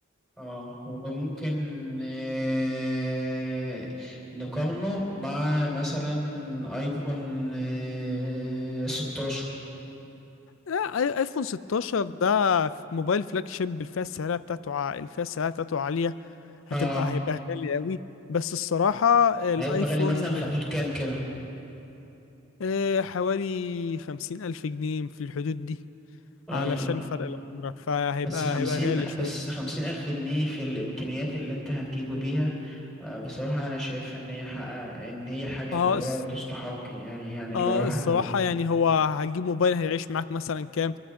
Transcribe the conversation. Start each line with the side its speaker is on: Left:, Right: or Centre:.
Centre: اه وممكن آه نقارنه مع مثلا ايفون آه 16
Left: لا اي- ايفون 16 ده موبايل فلاج شيب الفئه السعريه بتاعته ع- الفئه السعريه بتاعته عاليه هتبقى
Centre: اه
Left: هيبقى غالي قوي بس الصراحه الايفون
Centre: هيبقى غالي مثلا في حدود كام كده
Left: آه، حوالي خمسين الف جنيه في الحدود دي
Centre: اه
Left: علشان فرق العمر فهيبقى
Centre: بس خمسين
Left: هيبقى غالي شويه
Centre: بس خمسين ألف جنيه في الإمكانيات اللي أنت هتجيبه بيها آه، بصراحة أنا شايف إن هي حق إن هي حاجة
Left: اه
Centre: اللي هو
Left: الص-
Centre: تستحق يعني يعني اللي
Left: اه
Centre: هو حل.
Left: الصراحه يعني هو هتجيب موبايل هيعيش معاك مثلا كام